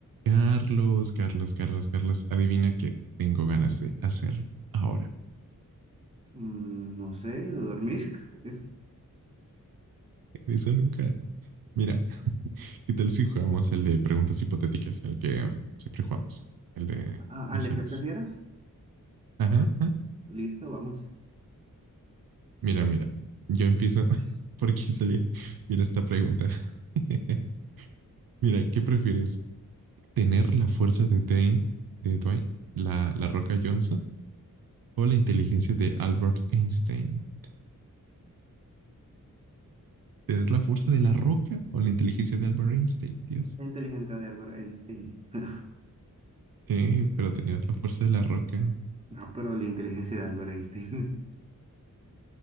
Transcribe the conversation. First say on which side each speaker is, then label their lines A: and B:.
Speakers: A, on the right; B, on the right.
A: Carlos, Carlos, Carlos, Carlos, adivina qué tengo ganas de hacer ahora.
B: Mm, No sé, de dormir. <laughs> Es,
A: Eso nunca. Mira, ¿qué tal si jugamos el de preguntas hipotéticas, el que siempre jugamos? El de,
B: a-
A: ya
B: ale,
A: sabes.
B: ¿qué prefieras?
A: Ajá, ajá.
B: Listo, vamos.
A: Mira, mira, yo empiezo <laughs> porque salía. Mira esta pregunta. <laughs> Mira, ¿qué prefieres? ¿Tener la fuerza de Dwayne, de Dwayne, la, la Roca Johnson, o la inteligencia de Albert Einstein? ¿Tener la fuerza de la Roca o la inteligencia de Albert Einstein? Dios.
B: La inteligencia de Albert Einstein. <laughs>
A: Sí, pero tenías la fuerza de la roca.
B: Ah, pero la inteligencia de Albert Einstein.